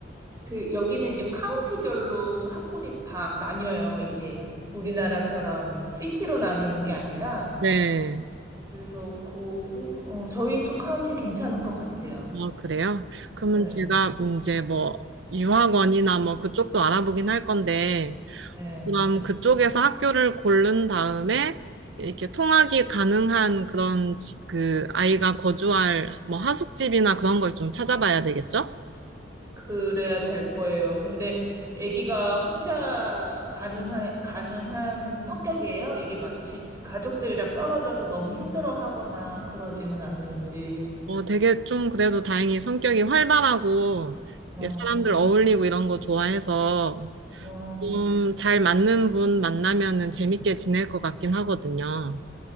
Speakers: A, on the right; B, on the right.
A: 그, 여기는 이제 카운티별로 학군이 다 나뉘어요. 이게 우리나라처럼 시티로 나뉘는 게 아니라.
B: 네,
A: 그래서, 그, 어, 저희 쪽 카운티 괜찮은 것 같아요.
B: 어, 그래요? 그러면
A: 네.
B: 제가 이제 뭐, 유학원이나 뭐 그쪽도 알아보긴 할 건데,
A: 네.
B: 그럼 그쪽에서 학교를 고른 다음에 이렇게 통학이 가능한 그런 지- 그 아이가 거주할 뭐 하숙집이나 그런 걸 좀 찾아봐야 되겠죠?
A: 그래야 될 거예요. 근데 아기가 혼자 가능한, 가능한 성격이에요? 이게 막 집, 가족들이랑 떨어져서 너무 힘들어 하거나 그러지는 않는지.
B: 어, 되게 좀 그래도 다행히 성격이 활발하고
A: 어,
B: 이게 사람들 어울리고 이런 거 좋아해서
A: 어.
B: 좀 잘 맞는 분 만나면은 재밌게 지낼 것 같긴 하거든요.